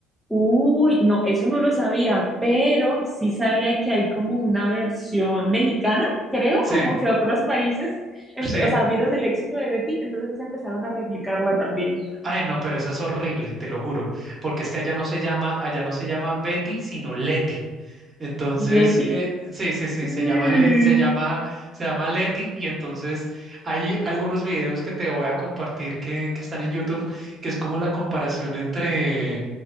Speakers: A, in the centre; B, on the right (about 30°).
A: Uy, no, eso no lo sabía, pero sí sabía que hay como una versión mexicana, creo,
B: Sí,
A: como que otros países, empe-
B: sí.
A: o sea, vieron el éxito de Betty, entonces empezaron a replicarla también.
B: Ay, no, pero esa es horrible, te lo juro, porque es que allá no se llama, allá no se llama Betty, sino Leti. Entonces,
A: Leti,
B: eh, sí, sí, sí,
A: mm,
B: se llama, Le- se llama, se llama Leti y entonces hay algunos videos que te voy a compartir que, que están en YouTube, que es como la comparación entre,